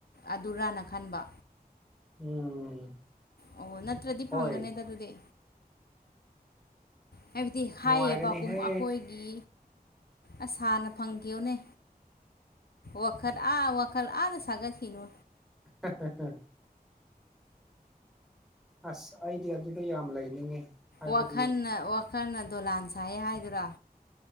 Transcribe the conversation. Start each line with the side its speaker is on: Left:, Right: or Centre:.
Left: ꯑꯗꯨꯔꯅ ꯈꯟꯕ
Centre: ꯎꯝ
Left: ꯑꯣ ꯅꯠꯇ꯭ꯔꯗꯤ ꯐꯪꯒꯅꯦꯗ
Centre: ꯍꯣꯏ
Left: ꯑꯗꯨꯗꯤ ꯍꯥꯏꯕꯗꯤ ꯍꯥꯏꯌꯦꯕꯒꯨꯝ
Centre: ꯅꯨꯡꯉꯥꯏꯒꯅꯤꯍꯦ
Left: ꯑꯩꯈꯣꯏꯒꯤ ꯑꯁ ꯍꯥꯟꯅ ꯐꯪꯈꯤꯌꯣꯅꯦ ꯋꯥꯈꯜ ꯑꯥ ꯋꯥꯈꯜ ꯑꯥꯗ ꯁꯥꯒꯠꯈꯤꯅꯨ
Centre: <unintelligible> ꯑꯁ ꯑꯩꯗꯤ ꯑꯗꯨꯗꯣ ꯌꯥꯝ ꯂꯩꯅꯤꯡꯉꯤ ꯍꯥꯏꯕꯗꯤ
Left: ꯋꯥꯈꯜꯅ ꯋꯥꯈꯜꯅ ꯗꯣꯂꯥꯟ ꯁꯥꯏꯌꯦ ꯍꯥꯏꯗꯨꯔꯥ